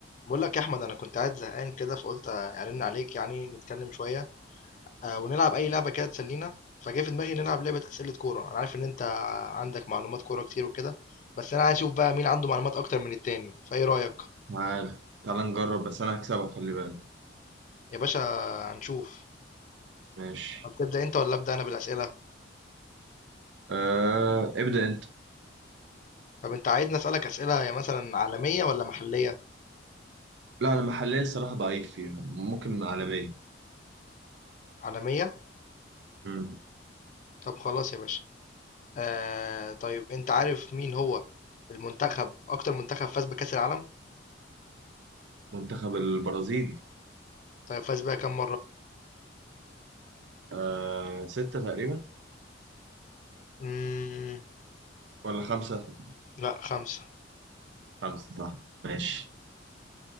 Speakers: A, on the left (about 40°); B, on the right (about 65°).
A: بقول لك يا احمد انا كنت قاعد زهقان كده فقلت ارن عليك يعني نتكلم شويه آه ونلعب اي لعبه كده تسلينا فجاء في دماغي نلعب لعبه اسئله كوره انا عارف ان انت عندك معلومات كوره كتير وكده بس انا عايز اشوف بقى مين عنده معلومات اكتر من التاني فايه رايك
B: تعال تعال نجرب بس انا هكسبك خلي بالك
A: يا باشا هنشوف
B: ماشي
A: طب تبدا انت ولا ابدا انا بالاسئله
B: أه ابدأ انت
A: طب انت عايزني اسالك اسئله يا مثلا عالميه ولا محليه
B: لا انا محليا الصراحة ضعيف فيها ممكن عالميا
A: عالميه
B: مم.
A: طب خلاص يا باشا آه طيب انت عارف مين هو المنتخب اكتر منتخب فاز بكاس العالم
B: منتخب البرازيل
A: طيب فاز بيها كام
B: أه ستة تقريبا
A: مره
B: ولا خمسة
A: لأ 5
B: خمسة صح ماشي